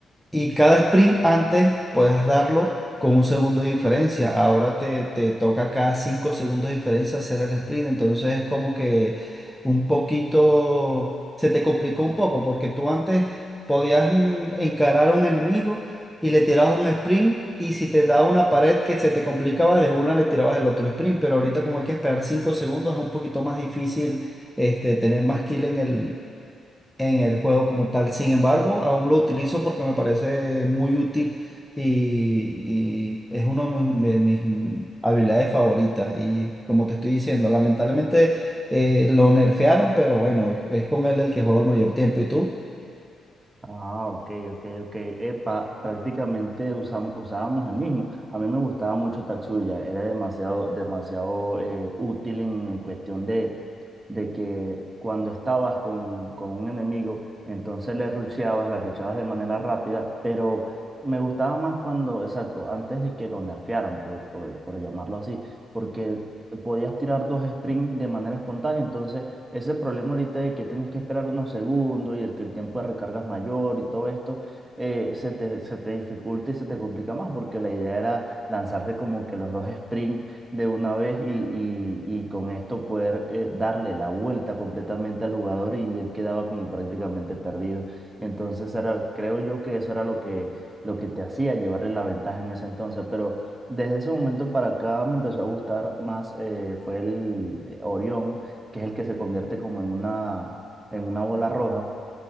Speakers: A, in the centre; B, on the right.
A: y cada sprint antes puedas darlo con un segundo de diferencia. Ahora te, te toca cada cinco segundos de diferencia hacer el sprint. Entonces es como que un poquito, se te complicó un poco porque tú antes podías mm, encarar a un enemigo y le tirabas un sprint y si te daba una pared que se te complicaba, de una le tirabas el otro sprint. Pero ahorita como hay que esperar cinco segundos es un poquito más difícil este, tener más kill en el, en el juego como tal. Sin embargo, aún lo utilizo porque me parece muy útil y, y es una de mis, de mis habilidades favoritas. Y como te estoy diciendo, lamentablemente eh, lo nerfearon, pero bueno, es con él el que juego el mayor tiempo. ¿Y tú?
B: Ah, ok, ok, ok. Epa, prácticamente usam- usábamos el mismo. A mí me gustaba mucho Tatsuya, era demasiado, demasiado eh, útil en cuestión de, de que cuando estabas con, con un enemigo, entonces le rusheabas, le rusheabas de manera rápida, pero me gustaba más cuando, exacto, antes de que lo nerfearan, por, por por llamarlo así, porque podías tirar dos sprints de manera espontánea, entonces ese problema ahorita de que tienes que esperar unos segundos y el que el tiempo de recarga es mayor y todo esto, eh, se te, se te dificulta y se te complica más porque la idea era lanzarte como que los dos sprint de una vez y, y- y con esto poder eh, darle la vuelta completamente al jugador y él quedaba como prácticamente perdido. Entonces era, creo yo que eso era lo que, lo que te hacía llevarle la ventaja en ese entonces, pero... Desde ese momento para acá me empezó a gustar más, eh, fue el eh, Orión que es el que se convierte como en una, en una bola roja,